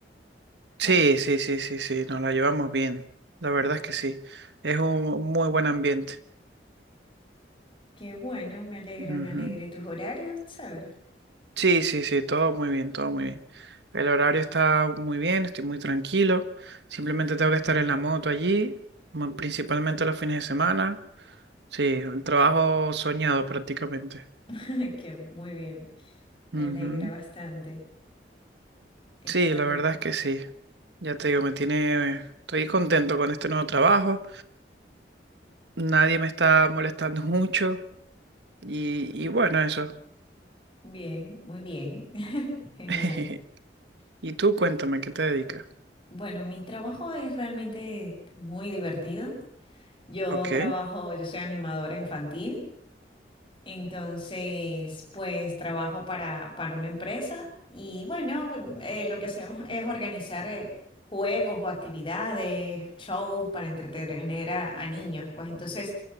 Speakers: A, on the left; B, on the right.
A: Co-
B: Sí, sí, sí, sí, sí, nos la llevamos bien. La verdad es que sí. Es un muy buen ambiente.
A: qué bueno, me alegra,
B: Ujú.
A: me alegra. ¿Y tus horarios? Saber.
B: Sí, sí, sí, todo muy bien, todo muy bien. El horario está muy bien, estoy muy tranquilo. Simplemente tengo que estar en la moto allí, mo- principalmente los fines de semana. Sí, un trabajo soñado prácticamente.
A: <laughs> Qué muy bien, me
B: Ujú.
A: alegra bastante. Excelente.
B: Sí, la verdad es que sí. Ya te digo, me tiene, estoy contento con este nuevo trabajo. Nadie me está molestando <laughs> mucho y, y bueno, eso.
A: Bien, muy bien. <laughs> Genial.
B: <laughs> Y tú cuéntame, ¿qué te dedicas?
A: Bueno, mi trabajo es realmente muy divertido. Yo
B: Ok,
A: trabajo, yo soy animadora infantil, entonces pues trabajo para, para una empresa y bueno, eh, lo que hacemos es organizar eh, juegos o actividades, shows para entretener a, a niños. Pues entonces